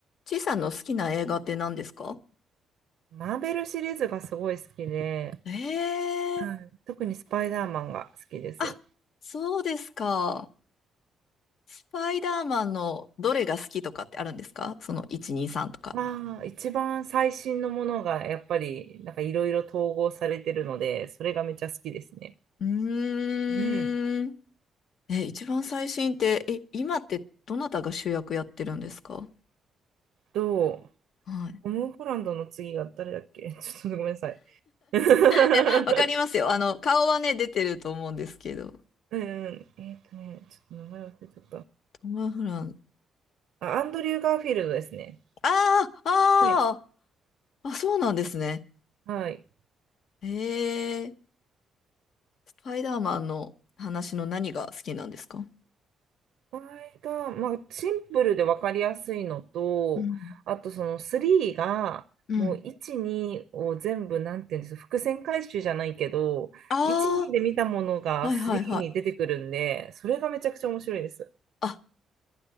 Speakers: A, on the left (about 65°); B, on the right (about 75°).
A: ちいさんの好きな映画って何ですか
B: マーベルシリーズがすごい好きで、
A: ええ
B: はい。特にスパイダーマンが好きです。
A: あ、そうですか。スパイダーマンのどれが好きとかってあるんですかその1、2、3とか。
B: まあ、一番最新のものがやっぱりなんかいろいろ統合されてるので、それがめっちゃ好きですね。
A: うーん。
B: うん。
A: え、一番最新って、え、今ってどなたが主役やってるんですか
B: と、
A: はい。
B: トム・
A: <laughs>
B: ホランドの次が誰だっけ <laughs> ちょっとごめんなさい。<laughs>
A: いや、わかりますよ。あの、顔はね、出てると思うんですけど。
B: うん。えっとね、ちょっと名前忘れちゃっ
A: トム・フラン。
B: た。あ、アンドリュー・ガーフィールドですね。
A: あーあ
B: はい。
A: ー、あ、そうなんですね。
B: はい。
A: ええスパイダーマンの話の何が好きなんですか
B: 場合が、まあ、シンプルで分かりやすいのと、
A: うん
B: あとその3が、
A: うん。
B: もう1、2を全部、なんていうんですか、伏線回収じゃないけど、
A: あ
B: 1、2で見たものが3に出てくるんで、
A: あ、はいはいはい。
B: それがめちゃくちゃ面白いです。
A: あ、